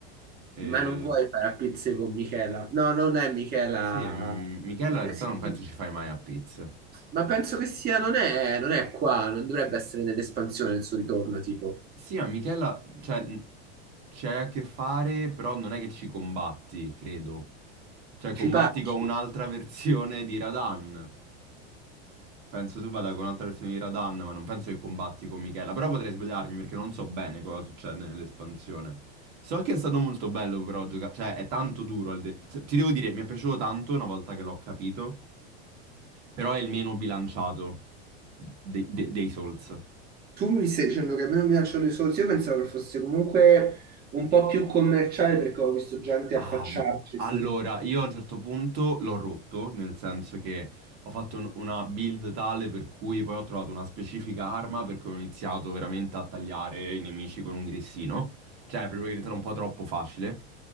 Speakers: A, on the right (about 50°); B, on the right (about 30°).
A: E...
B: ma non vuoi fare a pizze con Michela. No, non è Michela.
A: Sì, e, mm, Michela in
B: Eh,
A: realtà
B: sì.
A: non penso ci fai mai a pizza.
B: Ma penso che sia, non è, non è qua, non dovrebbe essere nell'espansione il suo ritorno, tipo.
A: Sì, a Michela, cioè, n- c'hai a che fare, però non è che ci combatti, credo. Cioè, combatti
B: Ci pacchi.
A: con un'altra <laughs> versione di Radan. Penso tu vada con un'altra versione di Radan, ma non penso che combatti con Michela. Però potrei sbagliarmi perché non so bene cosa succede nell'espansione. So che è stato molto bello però giocare, cioè è tanto duro. al de- Ti devo dire, mi è piaciuto tanto una volta che l'ho capito, però è il meno bilanciato de- de- dei Souls.
B: Tu mi stai dicendo che a me non mi piacciono i soldi, io pensavo che fosse comunque un po' più commerciale perché ho visto gente
A: Ah,
B: affacciarci,
A: mo- allora,
B: sì.
A: io a un certo punto l'ho rotto, nel senso che ho fatto un- una build tale per cui poi ho trovato una specifica arma perché ho iniziato veramente a tagliare i nemici con un grissino. Cioè, proprio che è diventato un po' troppo facile.